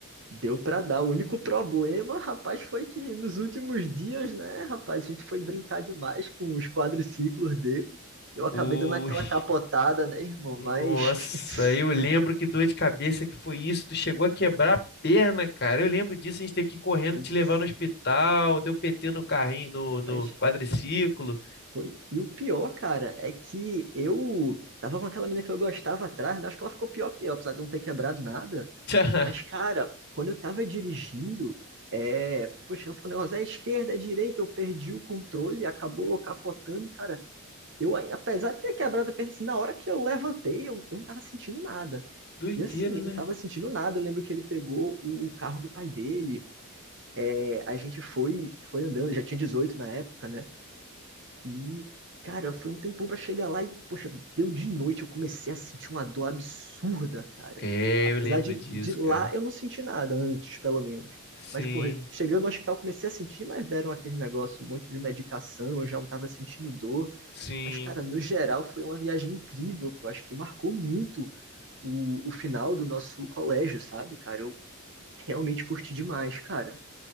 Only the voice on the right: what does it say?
Deu pra dar. O único problema, rapaz, foi que nos últimos dias, né, rapaz, a gente foi brincar demais com os quadriciclos dele. Eu
acabei dando aquela capotada, né, irmão?
Mas, <laughs>
putz,
rapaz,
Foi. E o pior, cara, é que eu tava com aquela menina que eu gostava atrás, né? Acho que ela ficou pior que eu, apesar de eu não ter quebrado nada.
Mas, cara, quando eu tava dirigindo, é... poxa, ela ficou um negócio, é esquerda, é direita, eu perdi o controle, acabou capotando, e, cara, eu, aí, apesar de ter quebrado a perna, assim, na hora que eu levantei, eu, eu não tava sentindo nada.
E assim,
eu não tava sentindo nada. Eu lembro que ele pegou o, o carro do pai dele, é, a gente foi, foi andando, já tinha 18 na época, né? E, cara, foi um tempão pra chegar lá e, poxa, deu de noite, eu comecei a sentir uma dor absurda, cara.
Apesar
de,
de lá
eu não senti nada antes, pelo menos.
Mas, porra, chegando no hospital comecei a sentir, mas deram aquele negócio, um monte de medicação, eu já não tava sentindo dor.
Mas, cara, no geral foi uma viagem incrível, pô. Acho que marcou muito o, o final do nosso colégio, sabe, cara? Eu realmente curti demais, cara.